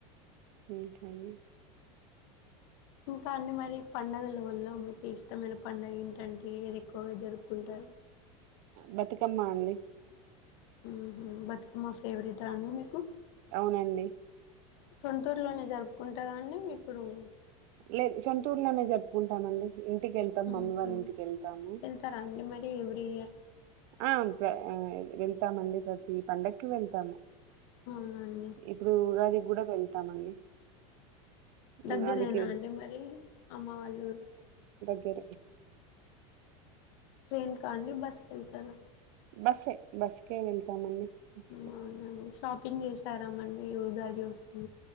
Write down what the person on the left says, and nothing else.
ఇంకా అన్ని మరి పడుంగల వల్ల మీకు ఇష్టమైన పడుగ ఏంటంటే ఏది ఎక్కువగా జరుపుకుంటారు
ఉహు బతుకమ్మ ఫేవరెట్ ఆ అండి మీకు
సొంతురు లోనే జరుపుకుంటార అండి మీ పిల్లలు
ఉహు
వెళ్తారా అండి మరి ఎవ్రీ ఇయర్
అవున అండి
దగ్గరే
నా నా అం <inaudible> టే మరి అమ్మ వాళ్ళూరు
ట్రైన్ కా అండి బస్సుకెళ్తారా
అవునండి
షాపింగ్ చేసారామండి ఉగాది వస్తుం